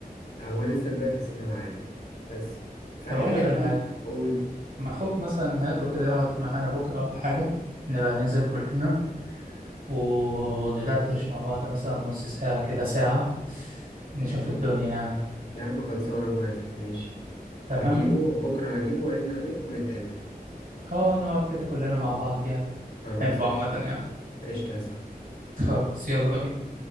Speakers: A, on the left; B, on the right.
A: هو لسه دلوقتي ثانوي عام بس فحتة
B: طب اقول لك على حاجة
A: قول
B: ما اخوك مثلا هاته كده يقعد معانا بكرة ولا حاجة نبقى ننزل كلنا وندردش مع بعض مثلا نص ساعة كده ساعة نشوف الدنيا يعني
A: يا عم خلصانة موافق ماشي
B: تمام
A: هجيبه بكرة هجيبه وارن عليك ونتقابل
B: اه نقعد كده كلنا مع بعض يعني
A: خلاص
B: أحبه
A: قشطة
B: عامة يعني
A: قشطة يا صاحبي
B: خلاص يلا بينا